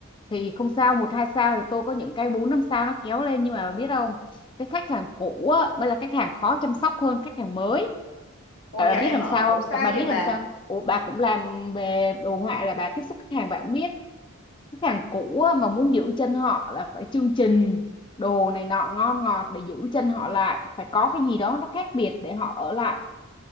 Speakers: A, on the left (about 20°); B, on the left (about 70°).
A: thì không sao, một hai sao thì tôi có những cái bốn năm sao nó kéo lên nhưng mà biết không? Cái khách hàng cũ á, mới là khách hàng khó chăm sóc hơn khách hàng mới.
B: ồ
A: Tại
B: vậy
A: bà biết
B: hả
A: làm sao
B: ủa
A: không?
B: sao
A: Tại bà biết
B: vậy bà
A: làm sao? không? Ủa, bà cũng làm về đồ họa là bà tiếp xúc khách hàng bà cũng biết. Khách hàng cũ á, mà muốn giữ chân họ là phải chương trình đồ này nọ ngon ngọt để giữ chân họ lại, phải có cái gì đó nó khác biệt để họ ở lại